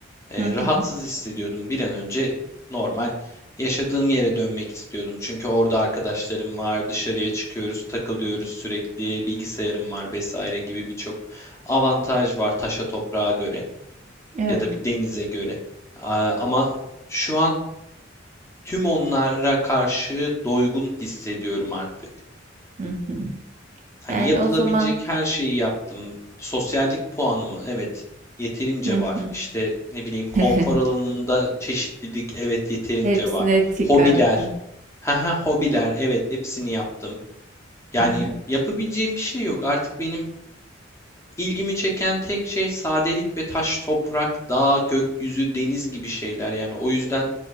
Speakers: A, on the left; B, on the right.
A: e,
B: hı hı,
A: rahatsız hissediyordum. Bir an önce normal yaşadığım yere dönmek istiyordum. Çünkü orada arkadaşlarım var, dışarıya çıkıyoruz, takılıyoruz sürekli, bilgisayarım var vesaire gibi birçok avantaj var taşa toprağa göre
B: evet.
A: ya da bir denize göre. A- Ama şu an tüm onlara karşı doygun hissediyorum artık.
B: Hı hı.
A: Hani
B: Yani
A: yapılabilecek
B: o zaman
A: her şeyi yaptım. Sosyallik puanımı evet yeterince
B: hı
A: var.
B: hı.
A: İşte ne bileyim konfor
B: <laughs>
A: alanında çeşitlilik evet yeterince
B: Hepsine
A: var.
B: tik
A: Hobiler.
B: attın.
A: Haha hobiler evet hepsini yaptım. Yani
B: <laughs> hı.
A: yapabileceğim bir şey yok. Artık benim İlgimi çeken tek şey sadelik ve taş, toprak, dağ, gökyüzü, deniz gibi şeyler. Yani o yüzden